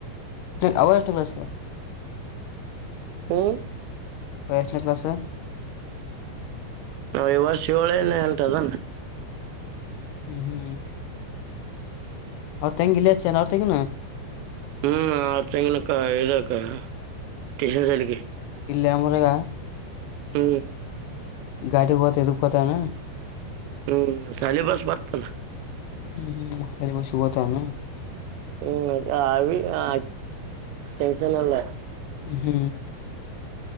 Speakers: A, on the left; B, on the right.
A: ಆವಾಜಟಲ ಸಗ
B: ಹ್ಮ್
A: ವಯಸ್ನ ಕ್ಲಾಸ್
B: ನ ಈ ವರ್ಷಿ ಹಳನೆೇ ಉಂಟದಾನ
A: ಹ್ಮ್ ಹ್ಮ್ ಅವ ತಂಗೆಲ ಅವ ತಗನು
B: ಹ್ಮ್ ಆರ್ ತಂಗನಕ್ಕ ಇದಕ್ಕ ಟ್ಯೂಷನ್ ಸಲಿಗೆ
A: ಇಿಲ್ಲ ಮುರಗ
B: ಹ್ಮ್
A: ಗಾಡಿ ಕೊತ್ತ ಇದದು ಕತಾನ
B: ಹ್ಮ್ ಸಾಲಿ ಬಸ್ ಬರ್ತಲ್ಲ
A: ಹ್ಮ ಹ್ಮ್ ಸುಭ ತಾನ
B: ಹ್ಮ್ ಆ ಟನ್ಷನ್ ಅಲ್ಲ
A: ಹ್ಮ್